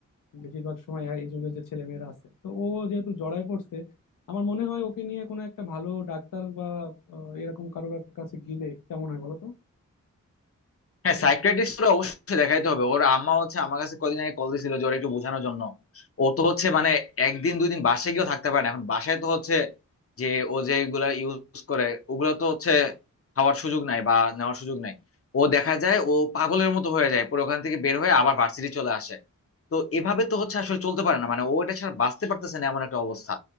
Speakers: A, on the left; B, on the left.
A: বেশিরভাগ সময় এই যুগের যে ছেলে মেয়েরা আছে তো ও যেহেতু জড়ায় পড়ছে আমার মনে হয় ওকে নিয়ে কোনো একটা ভালো ডাক্তার বা আহ, এরকম কারোর একটা কাছে গেলে কেমন হয় বলো তো
B: হ্যাঁ সাইকিয়াট্রিস্ট অবশ্যই দেখাইতে হবে ওর আম্মা হচ্ছে আমার কাছে কদিন আগে কল দিছিল যে ওর একটু বোঝানোর জন্য ও তো হচ্ছে মানে একদিন দুই দিন বাসায় গিয়েও থাকতে পারে না এখন বাসায় তো হচ্ছে যে ও যেগুলা ইউজ করে ওগুলো তো হচ্ছে খাওয়ার সুযোগ নাই বা নেওয়ার সুযোগ নাই ও দেখা যায় ও পাগলের মতো হয়ে যায় পরে ওখান থেকে বের হয়ে আবার ভার্সিটি চলে আসে তো এভাবে তো হচ্ছে আসলে চলতে পারে না মানে ও এটা ছাড়া বাঁচতে পারতেছে না এমন একটা অবস্থা